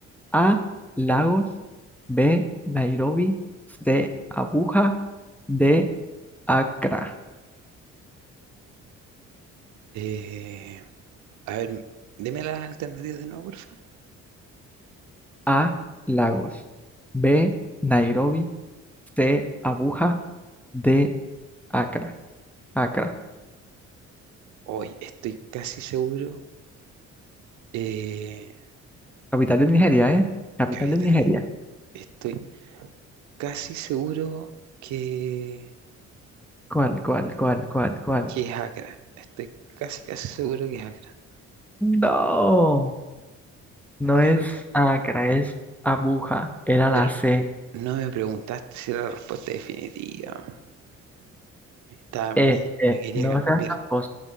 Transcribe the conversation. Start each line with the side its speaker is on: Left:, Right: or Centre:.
Centre: A, Lagos, B, Nairobi, C, Abuja, D, Accra.
Right: Eh, a ver, deme las alternativas de nuevo, porfa.
Centre: A, Lagos, B, Nairobi, C, Abuja, D, Accra. Accra,
Right: Hoy estoy casi seguro eh,
Centre: capital de Nigeria, ¿eh? Capital
Right: que había
Centre: de
Right: tele-
Centre: Nigeria.
Right: Estoy casi seguro que,
Centre: ¿Cuál, cuál, cuál, cuál, cuál?
Right: que es Acra. Estoy casi, casi seguro que es Acra.
Centre: No, no
Right: Pero,
Centre: es Accra, es Abuja. Era
Right: pero
Centre: la C.
Right: no me preguntaste si era la respuesta definitiva. Estaba, me,
Centre: Eh, eh.
Right: me quería
Centre: No
Right: cambiar.
Centre: seas tramposo,